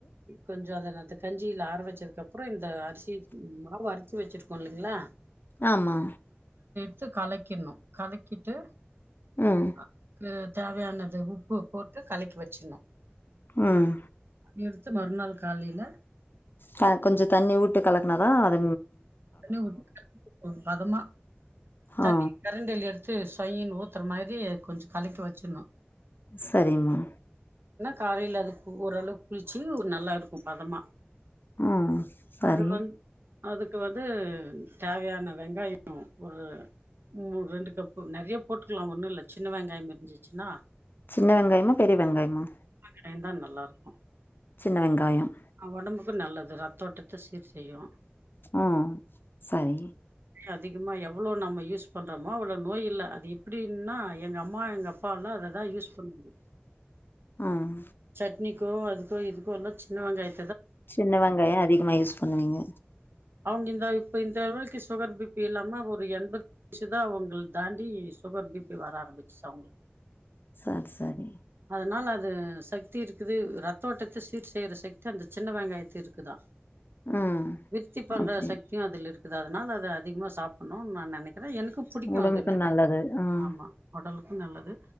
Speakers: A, on the right; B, on the left.
A: கொஞ்சோ அத கஞ்சியில ஆற வச்சதுக்கு அப்றோ இந்த அரிசி மாவு அரச் சிவச்சிருக்கோ இல்லைங்களா
B: ஆமா
A: த்து கலக்கிணு கலக்கிட்டு
B: ம்.
A: அக்கு தேவயானது உப்பு போட் ட்டு கலக்கி வச்சினு
B: ம்
A: <unintelligible> எடுத்து மறுநாள் காலையில
B: க கொஞ்சோ தண்ணி ஊட்டு கலக்கனாதா அத
A: தண்ண விட்ட பதமா தண்ணி
B: ஆ
A: கரண்டி எடுத் து சொய்ன் ஊத்துற மாரி கொஞ்சோ கலக்கி வச்சணு
B: சேரிம்மா
A: காலையில அது ஓரளவு புளிச்சு நல்லா இருக்கு பதமா
B: ம் பரி
A: அது வந்து அதுக்கு வந்து தேவையான வெங்காயம் ஒரு ம் ரெண்டு கப்பு நெறயா போட்டுக்கலா ஒண்ணு இல்ல சின்ன வெங்காயம் இருந்துச்சின்னா
B: சின்ன வெங்காயமா பெரிய வெங்காயமா
A: காயம்தா நல்லா இருக்கும்
B: சின்ன வெங்காயம்
A: ஆ ஒடம்புக்கு நல்லது ரத்தோட்டத்த சீர் செய்யும்
B: ஆ சரி
A: தே அதிகமா எவ்ளோ நம்ம யூஸ் பண்றமோ அவ்ளோ நோய் இல்ல அது எப்டின்னா எங்க அம்மா எங்கப் பானா அத தான் யூஸ் பண்ண முடியும்
B: ம்
A: ச நீக்கோ அதுக்கோ இதுக்கோ எல்லாம் சின்ன வெங்காய
B: சின்ன வெங்காயம் அதிகமா யூஸ் பண்ணுவீங்க
A: அவங்க இந்த இப்ப இந்தளவுக்கு சுகர் பிபி இல்லாம ஒரு எண்பது வயசு தா அவங்கள தாண்டி சுகர் பிபி வர ஆரம்பிச்சிச்சி அவுங்களுக்கு
B: சரி சரி
A: அதனால அது சக்தி இருக்குது ரத்தோட்டத்த சீர் செய்ற சக்தி அந்த சின்ன வெங்காயத்து இருக்குதான்
B: ம்
A: விருத்தி பண்ற
B: அப்படி
A: சக்தியும் அதுல இருக் குது அதனால அது அதிகமா சாப்பன்னு நான் நெனைக் அதா எனக்கும் புடிக்கும்
B: உடம்புக்கு
A: அது நெறயா
B: நல்லது ம்
A: ஆமா ஒடலுக் நல்லது